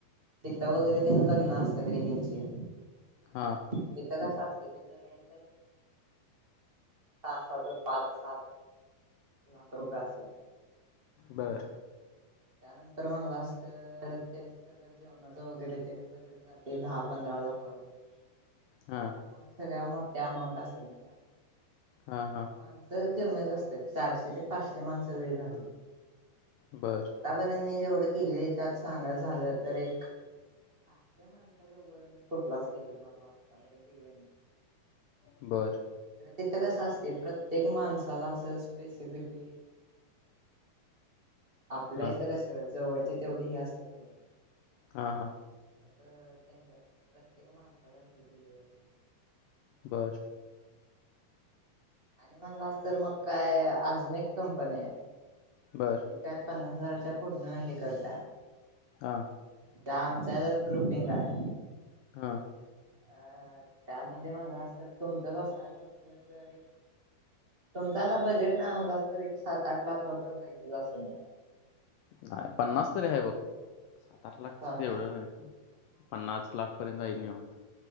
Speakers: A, on the right; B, on the left.
A: पिता वगैरे त्यां लग्न असत तरी त्यांची
B: हा
A: तिथं कसं असते ते रेंज तसाच पाच सात लाख रुपये असत्यात
B: बरं
A: त्यानंतर म्हणला अस तर त्यांच सगळं जेवणाच वगैरे ते बजेट जाते दहा पंधरा लाखा वर
B: हा
A: त्यामुळे सगळ मोठ्या अमाउंट असत्यात नहीं का
B: हा हा
A: माणसं तेच असतात चारशे ते पाचशे माणसं लय झाली.
B: बरं
A: आतापर्यंत मी जेवढं केले त्यात सांगा झालं तर एक सहाशे माणसाच्या वर मी कुठलाच केलेला ना बा आत्ता बर ईव्हेटं
B: बर
A: तर तिथं कसं असते प्रत्येक माणसाला असं स्पेसिफिकली आपल्याहिस
B: हा
A: कस जवळचे तेवढी हे असतात. त काय नाय
B: हा हा
A: असं त्यांच्यात प्रत्येक माणसाला हे दिले जाते
B: बरं
A: आणि म्हणलास तर मग काय अजून एक कंपनी आहे
B: बरं
A: क काय पन्नास हजारच्या पुढन हे करता
B: हा
A: त्या आमच्याच ग्रुपिंग आहे
B: हा
A: अ त्यामध्ये म्हणला अस तर तुमचं बसायचं असल तर तुमचं आता बजेट नाही म्हला असत तर एक सात आठ लाख तर जायचं असेल ना
B: नाही पन्नास तरी आहे बघ सात आठ
A: पन्नास
B: लाख एवढं
A: काय
B: नाही पन्नास लाखपर्यंत जाईनी निवांत